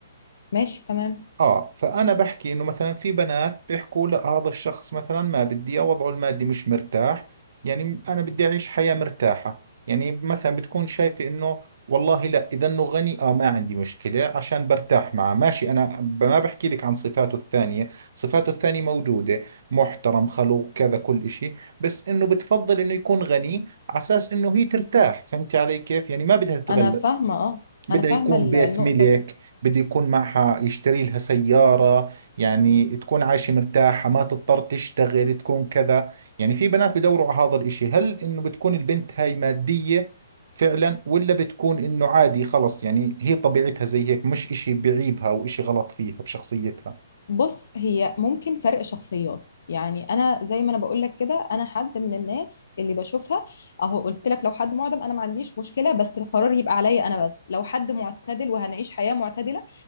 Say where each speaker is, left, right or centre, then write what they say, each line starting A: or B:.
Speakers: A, on the left; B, on the right.
A: ماشي تمام
B: اه فانا بحكي انه مثلا في بنات بيحكوا لا هذا الشخص مثلا ما بدي إياه، وضعه المادي مش مرتاح يعني انا بدي اعيش حياة مرتاحة يعني مثلا بتكون شايفة انه والله لا اذا انه غني اه ما عندي مشكلة عشان برتاح معه ماشي انا ب- ما بحكي لك عن صفاته الثانية صفاته الثانية موجودة محترم خلوق كذا كل اشي بس انه بتفضل انه يكون غني على اساس انه هي ترتاح فهمتي علي كيف يعني ما بدها تتغلب
A: انا فاهمه اه
B: بدها
A: انا فاهمه
B: يكون
A: ال-
B: بيت
A: النقطه
B: ملك
A: دي
B: بده يكون معها يشتري لها سيارة يعني تكون عايشة مرتاحة ما تضطر تشتغل تكون كذا يعني في بنات بدوروا على هذا الاشي هل انه بتكون البنت هاي مادية فعلا ولا بتكون انه عادي خلص يعني هي طبيعتها زي هيك مش اشي بعيبها او اشي غلط فيها بشخصيتها
A: بص هي ممكن فرق شخصيات يعني انا زي ما انا بقول لك كده انا حد من الناس اللي بشوفها اهو قلت لك لو حد معدم انا ما عنديش مشكله بس القرار يبقى عليا انا بس لو حد معتدل وهنعيش حياه معتدله